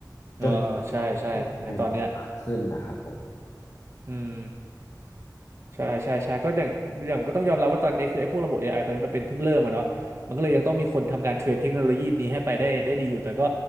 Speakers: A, on the right (about 40°); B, on the left (about 45°).
A: เออใช่ใช่ในตอนเนี้ย
B: จนเอไอมันฉลาดขึ้นนะครับผม
A: อืม ใช่ใช่ใช่ก็อย่างอย่างก็ต้องยอมรับว่าตอนนี้คือไอ้พวกระบบ AI ตอนนี้มันเป็นเพิ่งเริ่มอะเนาะมันก็เลยยังต้องมีคนทำการเทรนเทคโนโลยีนี้ให้ไปได้ได้ดีอยู่แต่ก็